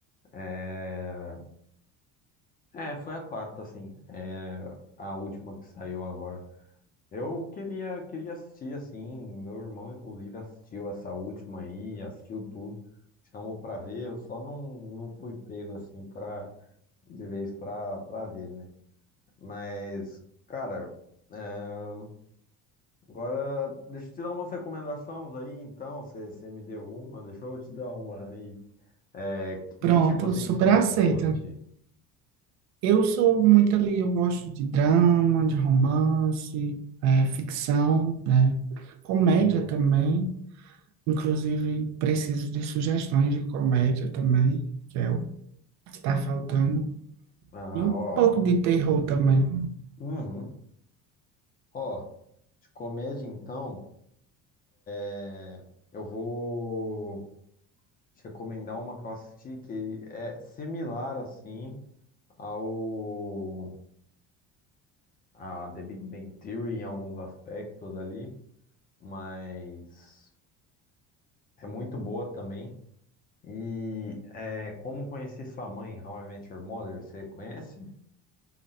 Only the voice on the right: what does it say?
Pronto,
super
aceito.
Eu sou muito ali, eu gosto de drama, de romance, eh, ficção, né? Comédia
também. Inclusive, preciso de sugestões de comédia também, que é o que está faltando.
E um
pouco de terror também.